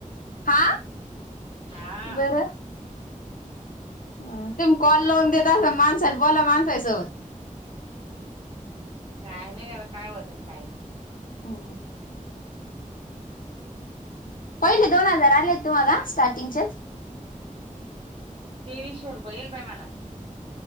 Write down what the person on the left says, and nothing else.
हा
बरं ह तेम कॉल लावून देत अस माणसा बोला माणसासोबत
हो पहिले दोन हजार आलेत तुम्हाला स्टार्टिंगच्याच